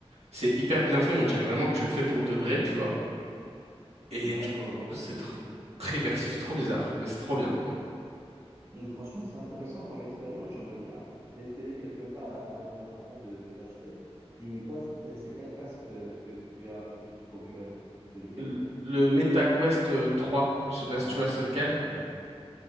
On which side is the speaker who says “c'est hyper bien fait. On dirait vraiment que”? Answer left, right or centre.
Right